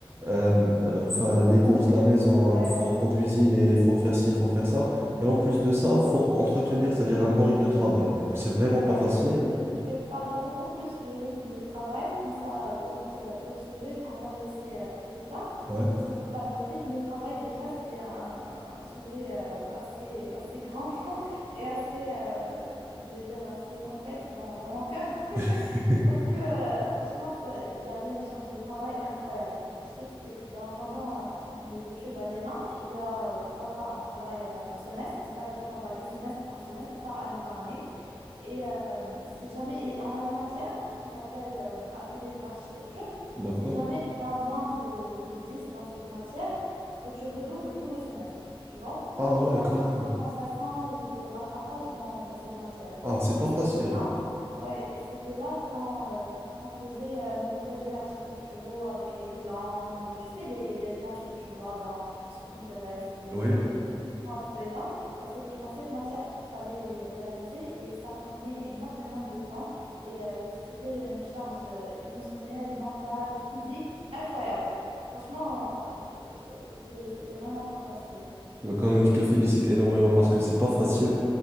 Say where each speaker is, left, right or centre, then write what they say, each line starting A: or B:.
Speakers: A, on the right; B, on the right.
A: euh, euh, enfin, les courses de la maison,
B: ouais,
A: hein, faut, faut cuisiner, faut faire ci, faut faire ça. Et en plus
B: ouais.
A: de ça, faut entretenir, c'est-à-dire un bon rythme de travail. Du coup, c'est vraiment
B: Ouais.
A: pas facile.
B: Je je vais te parler beaucoup plus du rythme de travail, comme ça euh, l'autre euh, l'autre sujet, on va le laisser euh, pour plus tard. Parce
A: Ouais,
B: que voilà, le rythme de travail, déjà, c'est un, un sujet euh, assez, assez grand <laughs> et assez, euh, je vais dire, assez complexe dans, dans mon cœur. <laughs>
A: <laughs>
B: Parce que euh, franchement, ça- il y avait une charge de travail incroyable. Je t'explique. Dans- Pendant euh, les études à l'ENA, il y a, euh, voilà, on travaille euh, par semestre, c'est-à-dire qu'on valide semestre par semestre, pas année par année. Et euh, si jamais, et on a une matière qui s'appelle euh, atelier d'architecture.
A: d'accord.
B: Si jamais tu as moins de, de 10 dans cette matière, bah, tu redoubles tout le semestre, tu vois.
A: Ah ouais,
B: Et il n'y a
A: carrément.
B: pas de compensation ou de rattrapage dans, dans cette matière.
A: Ah, c'est pas
B: Et c'était
A: facile.
B: là, ouais, et c'était là quand, euh, qu'on faisait euh, nos projets architecturaux avec les plans, les, tu sais, les, les belles planches que tu vois dans, sur Pinterest et
A: Oui.
B: tout, les les grandes feuilles là moi c'était dans cette matière qu'il fallait les réaliser et ça prenait énormément de temps et euh, que c'était une charge euh, émotionnelle, mentale, physique incroyable. Franchement, euh, euh, c'était, c'était vraiment pas facile.
A: Bah, quand même, je te félicite énormément parce que c'est pas facile.